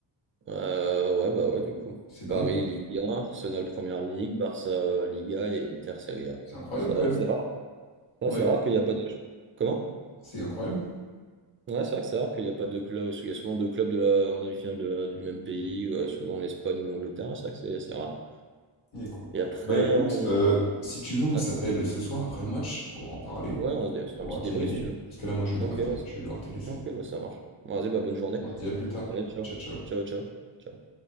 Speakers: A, on the right; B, on the left.
A: euh, ouais, bah ouais, du coup.
B: C'est dingue.
A: Paris, Ligue 1, Arsenal, Première Ligue, Barça, Liga et Inter, Serie A.
B: C'est incroyable
A: Ah, c'est
B: quand
A: rare,
B: même.
A: c'est rare. Ah,
B: Ouais,
A: c'est rare qu'il n'y a pas de... Comment?
B: c'est incroyable.
A: Ouais, c'est vrai que c'est rare qu'il n'y a pas de club Il y a souvent deux clubs de la- en demi-finale de- du même pays, euh, souvent l'Espagne ou l'Angleterre. C'est vrai que c'est c'est rare.
B: Écoute.
A: Et après,
B: Bah écoute,
A: on,
B: euh, si tu veux, on
A: ouais,
B: s'appelle ce soir après le match pour en parler,
A: ouais, on, se on se fait
B: pour
A: un petit
B: voir qui
A: débrief
B: a gagné.
A: si tu veux.
B: Parce que là, moi, je vais
A: Ok,
B: devoir y
A: ouais,
B: aller. Je vais devoir te laisser.
A: ok, bah, ça marche. Bon, vas-y, bah, bonne journée.
B: On se dit à plus tard.
A: Allez, ciao.
B: Ciao, ciao.
A: Ciao, ciao. Ciao.